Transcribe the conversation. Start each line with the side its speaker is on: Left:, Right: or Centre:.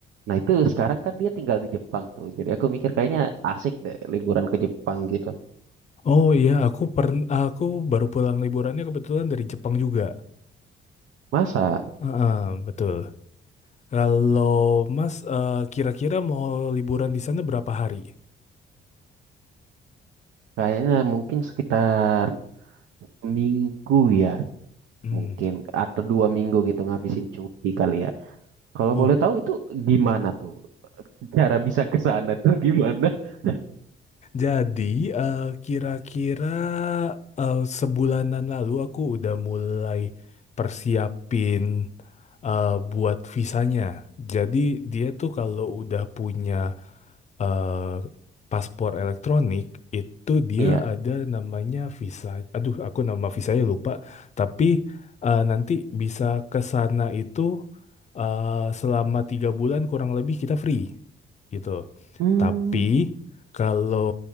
Right: nah itu sekarang kan dia tinggal di Jepang tuh. Jadi aku mikir kayaknya asik deh liburan ke Jepang gitu.
Left: Oh iya aku pern aku baru pulang liburannya kebetulan dari Jepang juga.
Right: Masa?
Left: Heeh, betul. Kalau Mas eh, kira-kira mau liburan di sana berapa hari?
Right: Kayaknya mungkin sekitar minggu ya.
Left: Hmm.
Right: mungkin atau dua minggu gitu ngabisin cuti kali ya. Kalau
Left: Oh.
Right: boleh tahu itu gimana tuh? Cara bisa ke sana tuh gimana? <laughs>
Left: Jadi, eh, kira-kira eh, sebulanan lalu aku udah mulai persiapin eh, buat visanya. Jadi, dia tuh kalau udah punya eh paspor elektronik itu dia
Right: Iya.
Left: ada namanya visa. Aduh, aku nama visanya lupa. Tapi eh, nanti bisa ke sana itu eh, selama tiga bulan kurang lebih kita free gitu.
Right: Hmm,
Left: Tapi kalau